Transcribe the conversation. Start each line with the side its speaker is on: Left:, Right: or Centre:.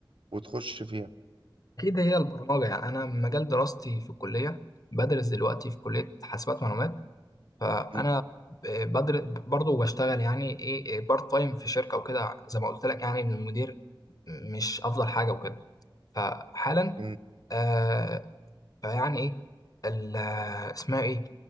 Right: وتخش فيها
Left: اكيد هي البرمجه يعني انا مجال دراستي في الكليه بدرس دلوقتي في كليه حاسبات معلومات فانا
Right: م-
Left: بدرس برضه بشتغل يعني ايه بارت تايم في شركه وكده زي ما قلت لك يعني إن المدير مش افضل حاجه وكده فحالا
Right: م.
Left: آه، فيعني ايه ال- اسمها ايه